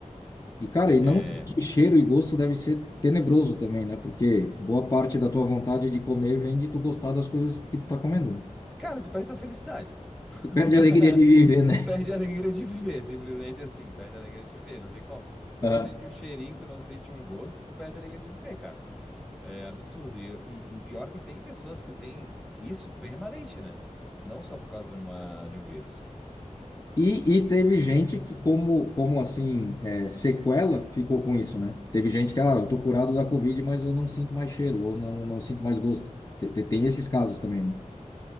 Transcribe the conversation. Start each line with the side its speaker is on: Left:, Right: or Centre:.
Left: E cara, e não
Centre: É...
Left: sentir cheiro e gosto deve ser tenebroso também, né? Porque boa parte da tua vontade de comer vem de tu gostar das coisas que tu tá comendo, né?
Centre: Cara, tu perdeu a felicidade.
Left: Tu perde
Centre: <laughs>
Left: a alegria de viver, né?
Centre: Perde a alegria de viver, simplesmente assim. Perde a alegria de viver, não tem como. Tu
Left: <laughs>
Centre: não sente um cheirinho, tu não sente um gosto, perde a alegria de viver, cara. É absurdo. E, eu- e- e pior que tem pessoas que têm isso permanente, né? Não só por causa de uma, de um vírus.
Left: E, e teve gente que, como, como assim, é, sequela, ficou com isso, né? Teve gente que, ah, eu tô curado da Covid, mas eu não sinto mais cheiro, ou não, não sinto mais gosto. Te- te- Tem, esses casos também, né?